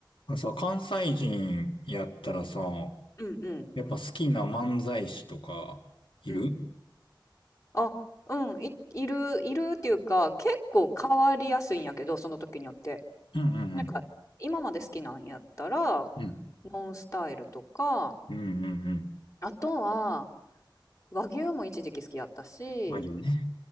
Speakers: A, on the left; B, on the left.
A: あのさ、関西人やったらさ、
B: うんうん。
A: やっぱ好きな漫才師とか、いる
B: うん。あ、うん、い、いる、いるっていうか、結構変わりやすいんやけど、その時によって。
A: うんうん
B: なんか、今まで好きなんやったら、
A: うん。うん。
B: ノンスタイルとか、
A: うんうんうん。
B: あとは、和牛も一時期好きやったし、
A: 和牛ね。